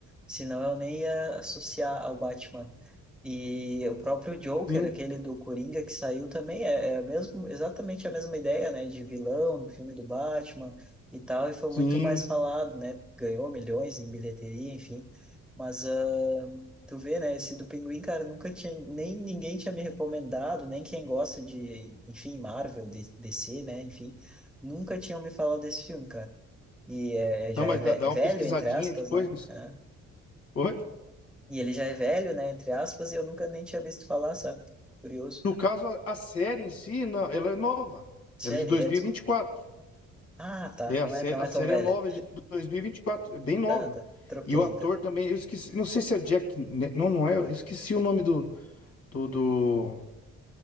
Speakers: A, in the centre; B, on the left.
A: Senão eu nem ia associar ao Batman. E o próprio Joker,
B: Sim,
A: aquele do Coringa que saiu também, é, é a mesmo, exatamente a mesma ideia, né? De vilão do filme do Batman e tal, e foi muito
B: sim.
A: mais falado, né? Ganhou milhões em bilheteria, enfim. Mas ahn, tu vê, né? Esse do Pinguim, cara, nunca tinha. Nem ninguém tinha me recomendado, nem quem gosta de, enfim, Marvel, D- DC, né? Enfim, nunca tinham me falado desse filme, cara. E é,
B: Então,
A: é, já
B: mas
A: é ve-
B: dá, dá
A: velho,
B: uma pesquisadinha
A: entre aspas,
B: depois.
A: né? É.
B: Oi?
A: E ele já é velho, né? Entre aspas, e eu nunca nem tinha visto falar, sabe? Curioso.
B: No caso, a, a série em si, não, ela é nova.
A: Série,
B: Ela é de 2024.
A: é, desculpa. Ah, tá.
B: É,
A: Não
B: a série,
A: é, não
B: a
A: é
B: série
A: tão velha.
B: é nova, é de 2024. É bem nova.
A: Tá, tá. Troquei,
B: E o ator
A: então.
B: também, eu esqueci, não sei se é o Jack. Ne- Não, não é. Eu esqueci o nome do, do, do,